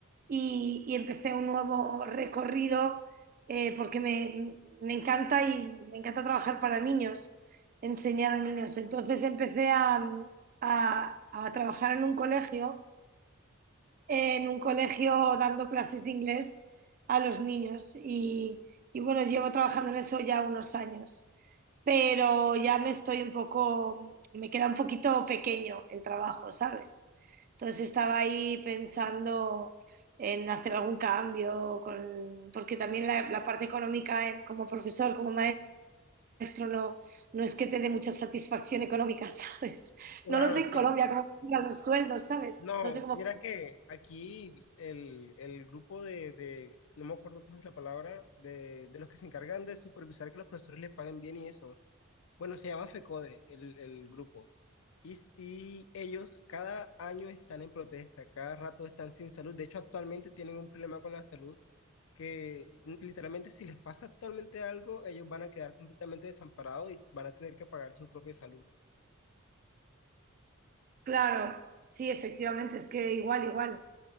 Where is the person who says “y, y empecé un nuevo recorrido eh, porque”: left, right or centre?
Right